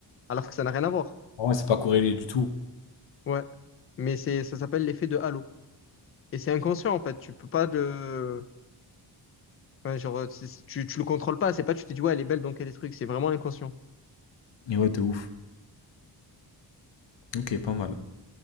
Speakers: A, on the left; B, on the left.
A: Alors que ça n'a rien à voir.
B: Ouais, c'est pas corrélé du tout.
A: Ouais. Mais c'est, ça s'appelle l'effet de halo. Et c'est inconscient, en fait. Tu peux pas le, ouais, genre, c'est- c'est- tu, tu le contrôles pas. C'est pas, tu te dis, ouais, elle est belle, donc elle est truc. C'est vraiment inconscient.
B: Mais ouais, de ouf. Ok, pas mal.